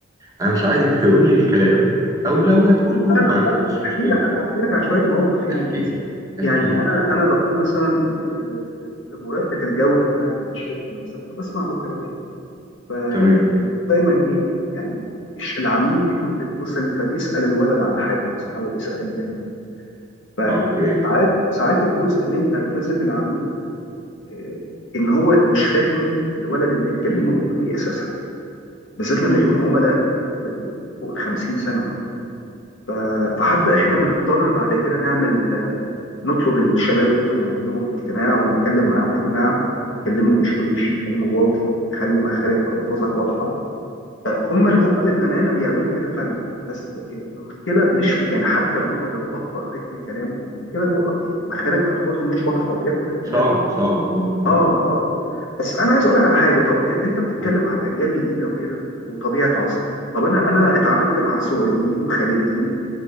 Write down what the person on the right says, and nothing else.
انا مش عايزك تقول لي الكلام او لو هتقول
قول ما ما
فيش
مشكله
احكي
لي
احكي لي
احكي
لي
تمام
اه اوكي
مم.
ايوه
مم.
ايوه
صعبه صعبه اه اه
قول.